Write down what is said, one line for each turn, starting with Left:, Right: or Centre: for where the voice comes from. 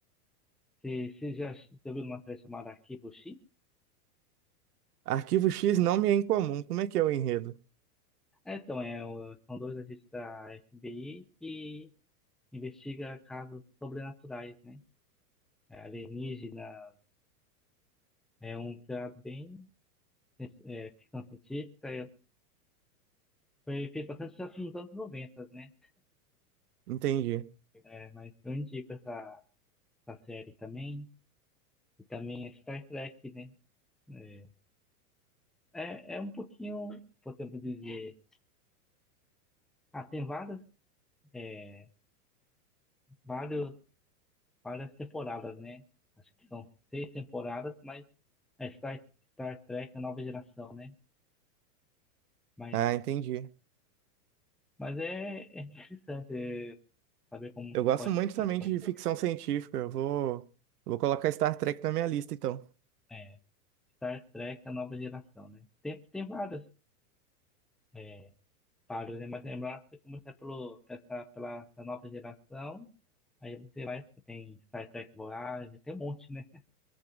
Centre: Você, você já viu uma série chamada Arquivo X?
Right: Arquivo X não me é incomum. Como é que é o enredo?
Centre: Ah, Então, é, o- são dois agentes da FBI que investiga casos sobrenaturais, né? É, alienígena, é um criado bem é, é, ficção científica. é- foi feito bastante já nos anos noventa né?
Right: Entendi.
Centre: É, mas eu indico essa, essa série também. E também é Star Trek, né? É, é, é um pouquinho, podemos dizer. Ah, tem várias, é, vários, várias temporadas, né? Acho que são seis temporadas, mas é Star, Star Trek, a nova geração, né? Mas,
Right: Ah, entendi.
Centre: mas é, é interessante é, saber como
Right: Eu gosto
Centre: pode
Right: muito
Centre: ser
Right: também
Centre: um-
Right: de ficção científica. Eu vou, vou colocar Star Trek na minha lista, então.
Centre: é, Star Trek, a nova geração, né? Tem, tem vários é, páreos, né? Mas lembrar, você começa pelo, pela, pela essa nova geração, aí você vai, tem Star Trek Voyager, tem um monte, né?